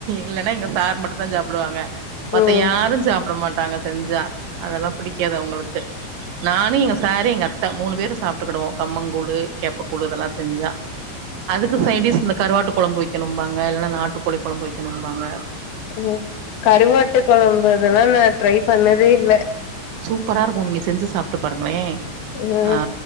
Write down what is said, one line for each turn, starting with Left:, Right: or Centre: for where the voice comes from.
Right: இல்லனா எங்க சார் மட்டு தா சாப்டுவாங்க மத்த
Left: ம்
Right: யாரு சாப்ட மாட்டாங்க செஞ்சா அதெல்லா புடிக்காது அவுங்களுக்கு நானு எங்க சாரு எங்க அத்த மூணு பேரும் சாப்ட்டுகிடுவோ கம்மங்கூழு கேப்பக்கூழு இதெல்லா செஞ்சா அதுக்கு சைடிஸ் இந்த கருவாட்டு கொழம்பு வைக்கணும்பாங்க இல்ல நாட்டுக்கோழி கொழம்பு வைக்கணும்பாங்க
Left: ம் கருவாட்டு கொழம்பு இதெல்லா நா ட்ரை பண்ணதே இல்ல
Right: சூப்பரா இருக்கு நீங்க செஞ்சு சாப்ட்டு பாருங்களே
Left: ம்
Right: ஆ